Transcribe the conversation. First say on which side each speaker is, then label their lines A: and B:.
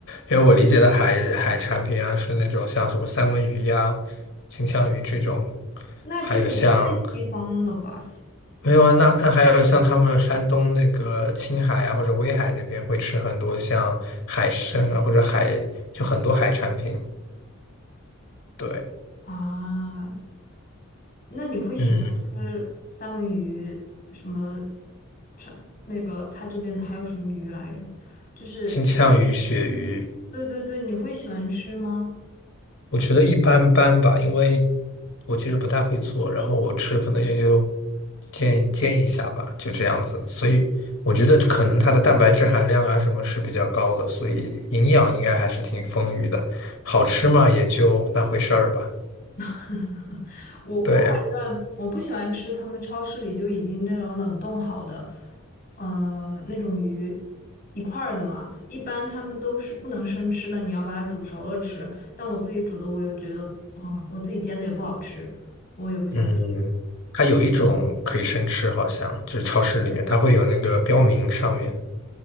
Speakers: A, on the left; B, on the left.
A: 因为我理解的海海产品啊，是那种像什么三文鱼呀、金枪鱼这种，
B: 那这个也太西方了吧
A: 还有像没有啊，那那还有像他们山东那个青海啊或者威海那边会吃很多像海参啊或者海就很多海产品，对，
B: <laughs> 啊？那你会喜欢吃三文鱼什么？
A: 嗯，
B: 川那个他这边还有什么鱼来着？就是他，
A: 金枪鱼、鳕鱼。
B: 对对对，你会喜欢吃吗？
A: 我觉得一般般吧，因为我其实不太会做，然后我吃可能也就煎煎一下吧，就这样子。所以我觉得可能它的蛋白质含量啊什么是比较高的，所以营养应该还是挺丰腴的。好吃嘛，也就那回事儿吧。
B: <laughs> 我我反正我不喜欢吃他们超市里就已经那种冷冻好的，
A: 对呀，
B: 呃，那种鱼一块儿的嘛。一般他们都是不能生吃的，你要把它煮熟了吃。但我自己煮的，我又觉得，哦，我自己煎的也不好吃，我也不喜欢吃
A: 嗯，它有一种可以生吃，好像就是超市里面它会有那个标明上面，